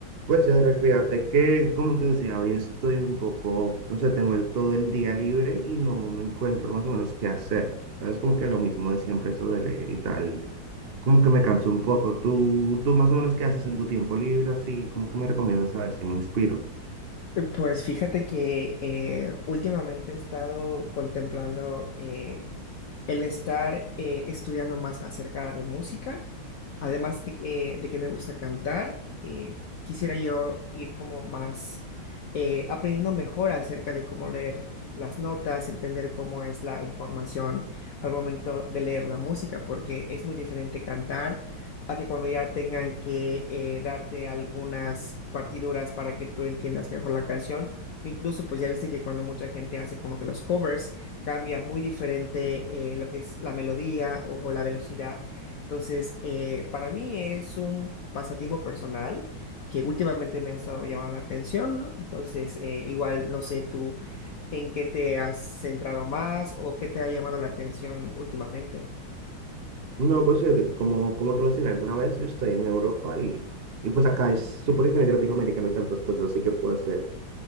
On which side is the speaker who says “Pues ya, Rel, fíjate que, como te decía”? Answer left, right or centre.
Right